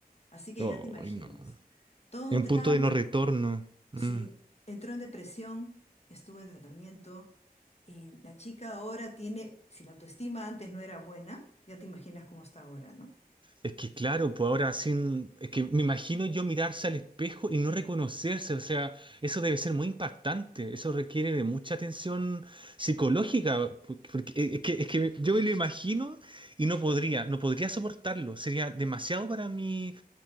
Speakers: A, on the left (about 40°); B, on the right (about 30°).
A: Así que
B: Ay,
A: ya te imaginas,
B: no.
A: todo
B: En
A: un
B: un
A: drama.
B: punto de no retorno. Mm.
A: Sí, entró en depresión, estuvo en tratamiento y la chica ahora tiene, si la autoestima antes no era buena, ya te imaginas cómo está ahora, ¿no?
B: Es que claro, pues ahora sin, es que me imagino yo mirarse al espejo y no reconocerse, o sea, eso debe ser muy impactante, eso requiere de mucha atención psicológica, por- porque eh, es que, es que yo me lo imagino y no podría, no podría soportarlo, sería demasiado para mí